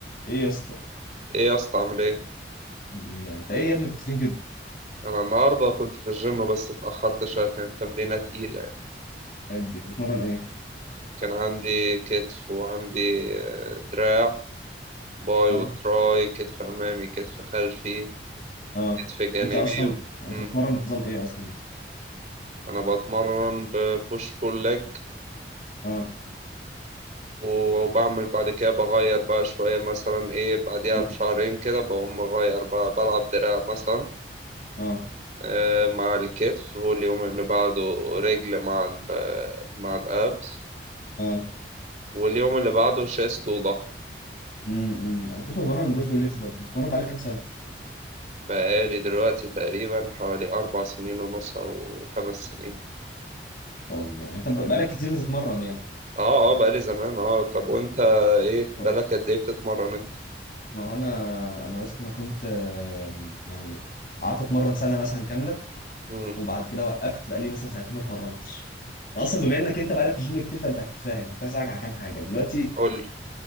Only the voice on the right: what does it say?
ايه يا اسطى عامل ايه
انا النهارده كنت في الجيم بس اتاخرت شويه كانت تمرينه تقيله يعني.
كان عندي كتف وعندي آه، دراع باي
وتراي كتف امامي كتف خلفي
كتف جانبي
و... مم.
انا بتمرن ببوش بول ليج
وبعمل بعد كده بغير بقى شويه مثلا ايه بعديها
بشهرين كده بقوم مغير بقى بلعب دراع مثلا
آه، مع الكتف واليوم اللي بعده رجل مع ال- آه، مع الابس
واليوم اللي بعده شيست وضهر
بقالي دلوقتي تقريبا حوالي أربع سنين ونص أو خمس سنين
اه اه بقالي زمان اه طب وانت ايه بقالك
قد ايه بتتمرن انت؟
امم
قولي